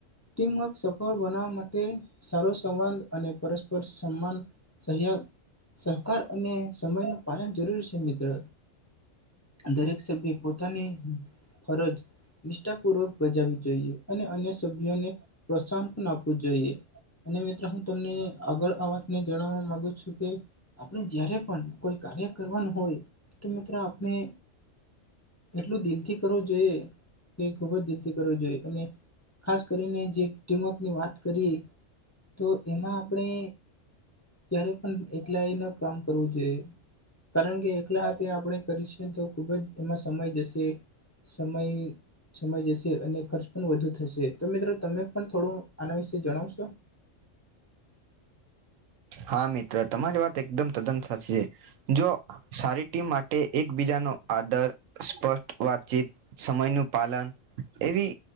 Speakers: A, on the left; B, on the right.
A: ટીમવર્ક સફળ બનાવવા માટે સારો સંવાદ અને પરસ્પર સન્માન સહયાગ સહકાર અને સમયનુ પાલન જરૂરી છે, મિત્ર દરેક સભ્ય પોતાની ફરજ નિષ્ઠાપૂર્વક બજાવવી જોઈએ અને અન્ય સભ્યોને પ્રોત્સાહન પણ આપવું જોઈએ અને મિત્ર હું તમને આગળ આ વાતને જણાવવા માગુ છું કે આપણે જ્યારે પણ કોઈ કાર્ય કરવાનું હોય તો મિત્રો આપણે એટલું દિલથી કરવું જોઈએ એ ખૂબ જ દિલથી કરવું જોઈએ અને ખાસ કરીને જે ટીમવર્કની વાત કરીએ તો એમાં આપણે ક્યારે પણ એકલાયૂ ન કામ કરવું જોએ કારણ કે એકલા હાથે આપણે કરી છીએ તો ખૂબ જ એમાં સમય જશે સમય સમય જશે અને ખર્ચ પણ વધુ થશે તો મિત્રો તમે પણ થોડું આના વિશે જણાવશો
B: હા મિત્ર તમારી વાત એકદમ તદ્દન સાચી છે. જો સારી ટીમ માટે એકબીજાનો આદર સ્પષ્ટ વાતચીત સમયનું પાલન એવી